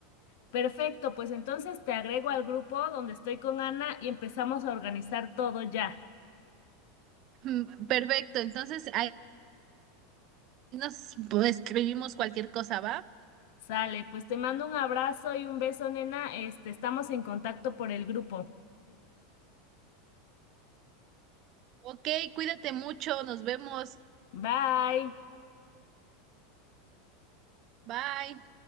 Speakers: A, on the left (about 65°); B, on the right (about 40°).
A: Perfecto, pues entonces te agrego al grupo donde estoy con Ana y empezamos a organizar todo ya.
B: Mm, Perfecto, entonces ahí nos pues, escribimos cualquier cosa, ¿va?
A: Sale, pues te mando un abrazo y un beso, nena. Este, estamos en contacto por el grupo.
B: Ok, cuídate mucho, nos vemos.
A: Bye.
B: Bye.